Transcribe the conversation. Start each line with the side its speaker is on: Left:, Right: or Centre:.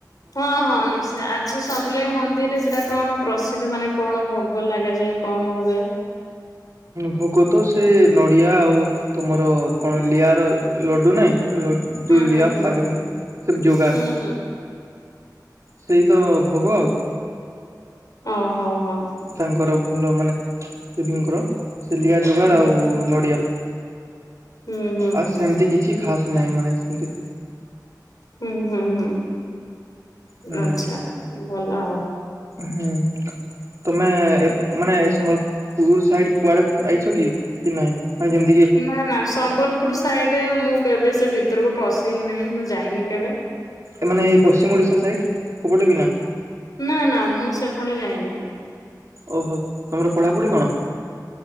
Left: ହଁ ହଁ ନିଶ୍ଚୟ ଆଚ୍ଛା ସମଲେଇ ମନ୍ଦିରରେ ସେଇଟା କଣ? ପ୍ରସିଦ୍ଧ ମାନେ କଣ ଭୋଗ ଲାଗାଯାଏ କଣ ହୁଏ।
Right: ଭୋଗ ତ ସେ ନଡ଼ିଆ ଆଉ। ତମର କଣ ଲିଆର ଲଡୁ ନାହିଁ ଲଡୁ
Left: ହୁଁ
Right: ଯୋ ଲିଆର
Left: ହୁଁ ହୁଁ।
Right: ପାଗେକାନି ସବମ ଜୋଗାର୍
Left: ହୁଁ ହୁଁ।
Right: ସେଇ ତ ଭୋଗ ଆଉ
Left: ଓ ହୋ ହୋ
Right: ତାଙ୍କର ଭଲ ମାନେ ଦେବୀଙ୍କର ସେ ଲିଆ ଯୁଗାର
Left: ହୁଁ।
Right: ଆଉ ନଡ଼ିଆ।
Left: ହୁଁ ହୁଁ
Right: ଆଉ
Left: ହୁଁ
Right: ସେମିତି କିଛି ଖାସ ନାହିଁ ମାନେ ସେମତି
Left: ହୁଁ ହୁଁ ହୁଁ
Right: ହୁଁ
Left: ଆଛା ଭଲ ଆଉ
Right: ହୁଁ ତମେ ମାନେ ଏ ସମଲ ପୁର ସାଇଡ କୁଆଡେ ଆଇଛ କି କି ନାଇଁ ମାନେ ଯେମତି
Left: ନା ନା ସମ୍ବଲପୁର ସାଇଡ ମୁଁ କେବେ ସେ ଭିତରକୁ ପଶି ହି ନାହିଁ ମୁଁ ଯାଇନି କେବେ।
Right: ଏମାନେେ ଏଇ ପଶ୍ଚିମ ଓଡ଼ିଶା ସାଇଟ୍ କଉଁପଟେ ବିନ।
Left: ନା ନା ମୁଁ ସେପଟେ ଯାଇନି।
Right: ଓହୋ ତମର ପଢ଼ାପଢ଼ି କଣ?